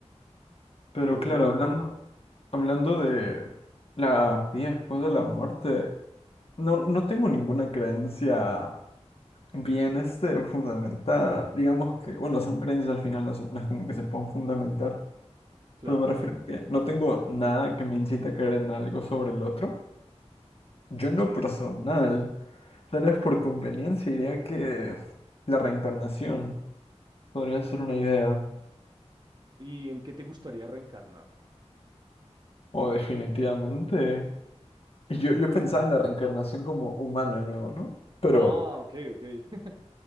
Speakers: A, on the left; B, on the right.
A: Pero
B: Pero
A: claro,
B: bueno,
A: hablando, hablando de la vida después de la muerte, no, no tengo ninguna creencia bien este, fundamentada. Digamos que, bueno, son creencias al final, no, se- no es como que se puedan fundamentar,
B: claro,
A: pero me refiero a que no tengo nada que me incite a creer en algo sobre el otro. Yo en
B: sí.
A: lo personal, tal vez por conveniencia, diría que la reencarnación podría ser una idea,
B: ¿Y en qué te gustaría reencarnar?
A: o definitivamente. Y Yo, yo pensaba en la reencarnación como humano de nuevo, ¿no? Pero,
B: Ah, ok, ok. <laughs>